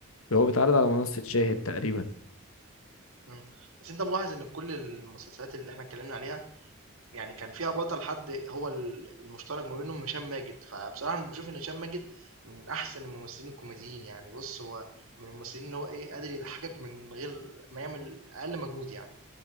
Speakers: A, on the left; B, on the right.
A: هو بيتعرض على منصة شاهد تقريبا
B: إمم. بس أنت ملاحظ إن في كل المسلسلات اللي إحنا اتكلّمنا عليها، يعني كان فيها بطل حد هو ال المشترك ما بينهم هشام ماجد، فبصراحة أنا باشوف إن هشام ماجد من أحسن الممثلين الكوميديين، يعني بُص هو من الممثلين اللي هو إيه، قادر يضحّكك من غير ما يعمل أقل مجهود يعني.